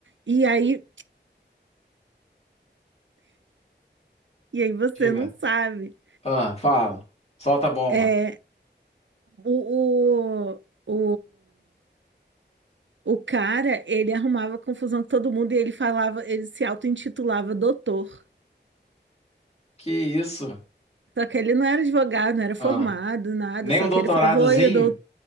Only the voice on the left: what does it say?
Diga.
Ah, fala. Solta a bomba.
Que isso?
Ah,
nem
um
doutoradozinho?